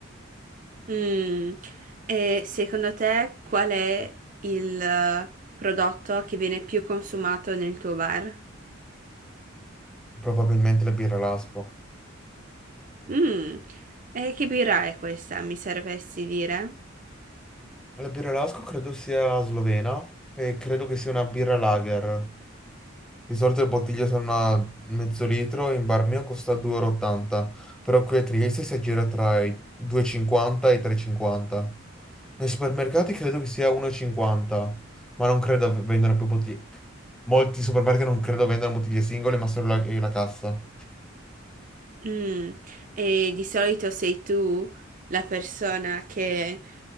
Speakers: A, on the right; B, in the centre.
A: Mm. E secondo te qual è il eh, prodotto che viene più consumato nel tuo bar?
B: Probabilmente la birra Lasco.
A: Mm. E che birra è questa, mi sapresti dire?
B: La birra Lasco credo sia slovena e credo che sia una birra lager. Di solito le bottiglie sono a mezzo litro, in bar mio costa 2,80 euro, e ottanta, però qui a Trieste si aggira tra i 2,50 e cinquanta e i 3,50. Nei supermercati credo che sia 1,50, ma non credo v- vendano più bottiglie. Molti supermercati non credo vendano bottiglie singole, ma solo la, la cassa.
A: Mm. E di solito sei tu la persona che